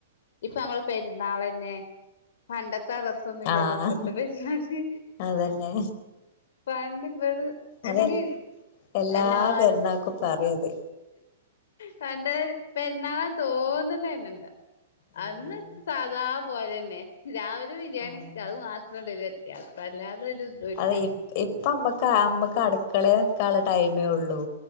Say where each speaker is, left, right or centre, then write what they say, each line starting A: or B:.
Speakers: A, on the left; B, on the left.
A: ഇപ്പ നമ്മളെ പെര്ന്നാളന്നെ പണ്ട ത്തെ രസൊന്നുല്ലല്ലോ
B: ആഹ്
A: ഇപ്പത്തെ പെര്ന്നാള്
B: അതന്നെ
A: പണ്ട് ഇവര്
B: അതല്ല
A: അല്ലെങ്കിൽ
B: എല്ലാ
A: എല്ലാരും
B: പെര്ന്നാക്കും പറയുത്
A: പണ്ട് പെര്ന്നാള തോന്ന്ന്നന്നെ ഇണ്ട്.
B: ഉം
A: അന്ന് സാധാ പോലന്നെ. രാവിലെ ബിരിയാണി
B: ആഹ്
A: വെക്കാ. അത് മാത്രണ്ടൊരു വ്യത്യാസം. അല്ലാത തൊരു ഇതുല്ല
B: അത് ഇ ഇപ്പ അമ്മക്ക് അമ്മക്ക് അട്ക്കളേ നിക്കാന്ള്ള ടൈമേ ഉള്ളു.